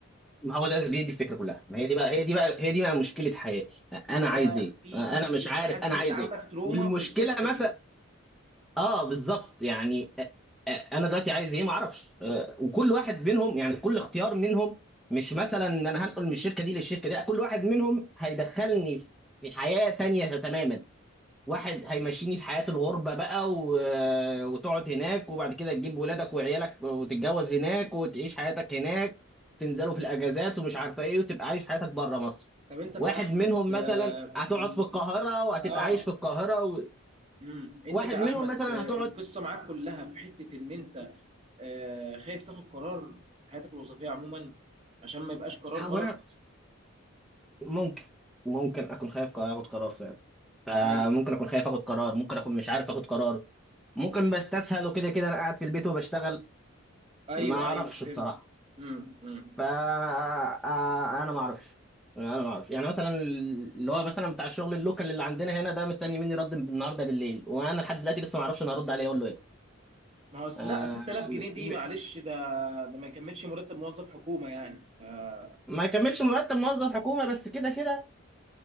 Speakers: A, in the centre; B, on the right.
A: ما هو ده دي, دي الفكره كلها ما هي دي بقى هي دي بقى هي دي بقى مشكله حياتي
B: انت
A: انا عايز ايه
B: في
A: انا
B: في ترو...
A: مش عارف
B: انا حاسس
A: انا
B: ان
A: عايز
B: انت عندك
A: ايه
B: تروما
A: والمشكله
B: في القصه
A: مثلا
B: دي
A: اه بالظبط يعني آه، آه، انا دلوقتي عايز ايه ما اعرفش آه، وكل واحد منهم يعني كل اختيار منهم مش مثلا ان انا هنقل من الشركه دي للشركه دي لا كل واحد منهم هيدخلني في في حياه تانية تماما واحد هيمشيني في حياه الغربه بقى و... آه، وتقعد هناك وبعد كده تجيب ولادك وعيالك وتتجوز هناك وتعيش حياتك هناك تنزلوا في الاجازات ومش عارفه ايه وتبقى عايش حياتك بره مصر
B: طب انت كاحمد
A: واحد منهم
B: آه
A: مثلا هتقعد
B: بن...
A: في القاهره وهتبقى
B: اه
A: عايش في القاهره و...
B: امم انت
A: واحد
B: كاحمد
A: منهم مثلا
B: آه
A: هتقعد
B: القصه معاك كلها في حته ان انت آه خايف تاخد قرار في حياتك الوظيفيه عموما عشان ما يبقاش قرار
A: هو
B: غلط
A: انا ممكن ممكن اكون خايف اخد قرار فعلا فممكن
B: ايوه
A: اكون خايف اخد قرار ممكن اكون مش عارف اخد قرار ممكن بستسهل وكده كده انا قاعد في البيت وبشتغل
B: ايوه
A: ما اعرفش
B: ايوه
A: بصراحه
B: فهمت امم امم
A: فا آه، آه، انا ما اعرفش انا ما اعرفش يعني مثلا اللي هو مثلا بتاع الشغل اللوكال اللي عندنا هنا ده مستني مني رد النهارده بالليل وانا لحد دلوقتي لسه ما اعرفش انا هرد عليه اقول له ايه
B: ما هو أصل
A: آه،
B: لا 6000 جنيه دي
A: م-
B: معلش ده ده ما يكملش مرتب موظف حكومه يعني آه
A: ما يكملش مرتب موظف حكومه بس كده كده